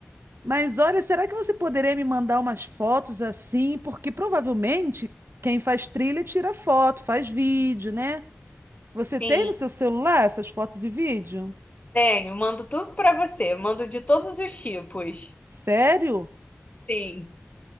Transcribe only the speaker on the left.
Sim,
tenho. Mando tudo para você. Mando de todos os tipos.
Sim.